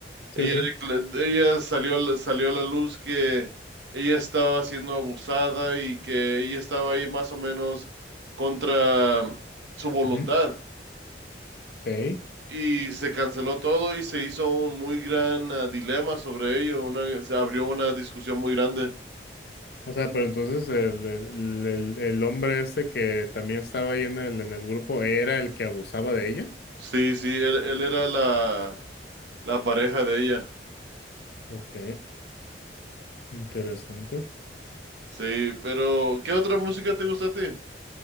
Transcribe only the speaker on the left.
Sí,
sí.
ujú, ok.
O sea, pero entonces el, el, el, el hombre ese que también estaba ahí en el, en el grupo era el que abusaba de ella.
Ok, interesante.